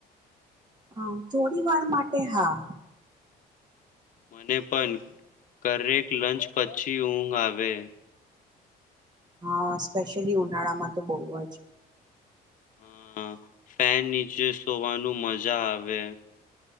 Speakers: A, on the right; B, on the left.
A: હમ થોડી વાર માટે હા.
B: મને પણ, ઘરેક લંચ પછી ઊંઘ આવે.
A: હા સ્પેશિયલી ઉનાળામાં તો બહુ જ.
B: હા ફેન નીચે સોવાનું મજા આવે.